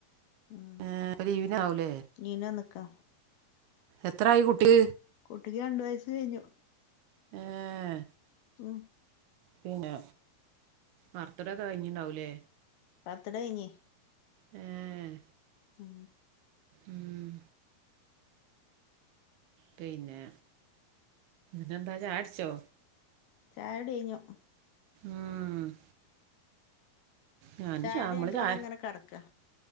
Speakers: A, on the left; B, on the right.
A: ഉം
B: ഏ ഇപ്പം ലീവിനാവൂലേ
A: നീനാ നിക്കാ
B: എത്രായി കുട്ടി
A: അട്ടക്ക് രണ്ടു വയസ്സ് കഴിഞ്ഞു
B: ആഹ
A: ഉ
B: പിന്നെ മർത്തടൊക്കെ കഴിഞ്ഞിണ്ടാവൂലേ
A: പത്തട ഇഞ്ഞ
B: ഉം
A: ആ
B: ഉം പിന്നെ പിെെന്താച്ചാടിച്ചോ
A: ചാട കഞ്ഞു
B: മം ഞാന്
A: ചായുടി
B: ച നമ്മള്
A: കഴിഞ്ഞിട്ട്
B: ചാ
A: ഇവിടെ ഇങ്ങനെ കെടക്കാ